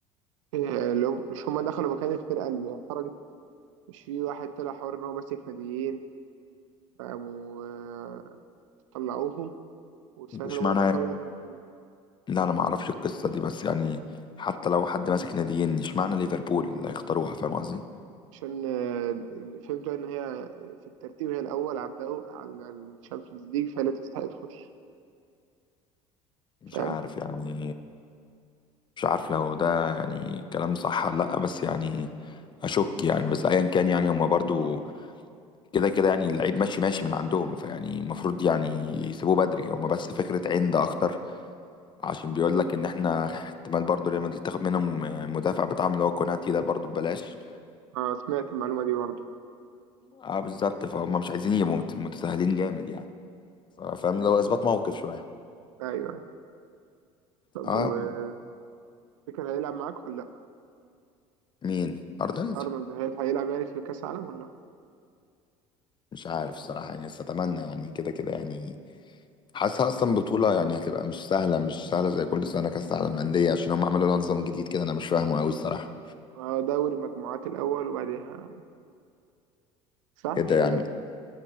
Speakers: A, on the right; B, on the left.
A: إيه لو مش هما دخلوا مكان الفرقه اللي خرجت مش في واحد طلع حوار ان هو ماسك ناديين فقاموا آه، طلعوهم وسمعت
B: واشمعنى
A: ان هما يدخلوا ليفربول
B: لا انا ما اعرفش القصة دي بس يعني حتى لو حد ماسك ناديين اشمعنى ليفربول اللي هيختاروها فاهم قصدي
A: عشان آه، فهمت ان هي في الترتيب هي الاول على الدو على الشامبيونز ليج فهي اللي تستحق تخش
B: مش
A: فاهم
B: عارف يعني مش عارف لو ده يعني كلام صح ولا لأ بس يعني أشك يعني بس أيا كان يعني هما برضو كده كده يعني اللعيب ماشي ماشي من عندهم فيعني المفروض يعني يسيبوه بدري هما بس فكرة عند أكتر عشان بيقول لك إن إحنا احتمال برضو ريال مدريد تاخد منهم المدافع بتاعهم اللي هو كوناتي ده برضو ببلاش
A: اه سمعت المعلومه دي برضه
B: اه بالظبط فهم مش عايزين يبقوا مت- متساهلين جامد يعني ف- فاهم لو إثبات موقف شوية
A: ايوه ايوه طب
B: اه
A: وتفتكر هيلعب معاك ولا لا
B: مين أرنولد
A: ارنولد هيل- هيلعب يعني في كاس العالم ولا لا
B: مش عارف الصراحة يعني بس أتمنى يعني كده كده يعني حاسسها اصلا بطوله يعني هتبقى مش سهله مش سهله زي كل سنه كاس العالم للانديه عشان هم عملوا لها نظام جديد كده انا مش فاهمه قوي الصراحه
A: آه، دوري مجموعات الاول وبعدها صح
B: ايه
A: مش
B: ده يعني
A: هيبقى